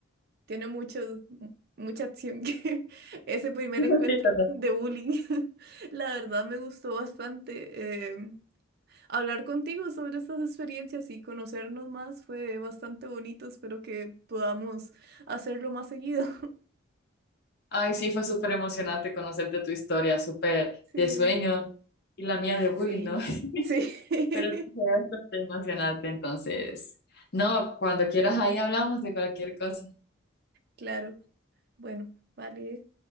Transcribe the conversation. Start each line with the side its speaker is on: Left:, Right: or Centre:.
Right: tiene mucho, mu- mucha acción, <laughs> que ese primer
Left: <laughs>
Right: encuentro
Left: Sí, ¿verdad?
Right: de bullying, <laughs> la verdad me gustó bastante. eh, hablar contigo sobre estas experiencias y conocernos más fue bastante bonito, espero que podamos hacerlo más seguido. <laughs>
Left: Ay, sí, fue súper emocionante conocerte tu historia, súper
Right: Sí,
Left: de sueño y la mía de bullying,
Right: sí,
Left: ¿no? <laughs>
Right: sí, <laughs>
Left: Pero sí, fue bastante emocionante, entonces. No, cuando quieras ahí hablamos de cualquier cosa.
Right: claro, bueno, vale.